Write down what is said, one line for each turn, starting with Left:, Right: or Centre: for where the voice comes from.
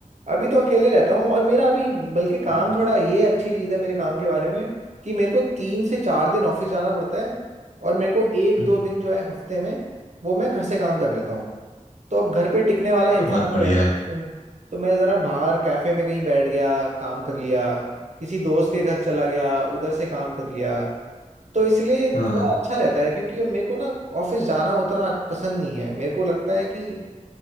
Right: अभी तो अकेले रहता हूँ और मेरा अभी बल्कि काम
Left: हम्म,
Right: थोड़ा ये अच्छी चीज़ है मेरे काम के बारे में कि मेरे को तीन से चार दिन ऑफिस जाना पड़ता है और मेरे को एक
Left: हम्म।
Right: दो दिन जो है हफ्ते में वो मैं घर से काम कर लेता हूँ तो अब घर पे टिकने वाला
Left: ये
Right: इंसान
Left: तो बहुत
Right: मैं
Left: बढ़िया
Right: वैसे नहीं
Left: है
Right: हूँ तो मैं ज़रा बाहर कैफे में कहीं बैठ गया काम कर लिया किसी दोस्त के घर चला गया उधर से काम कर लिया तो इसलिए
Left: हाँ
Right: थोड़ा अच्छा रहता है क्योंकि अब मेरे को ना ऑफिस जाना उतना पसंद नहीं है मेरे को लगता है कि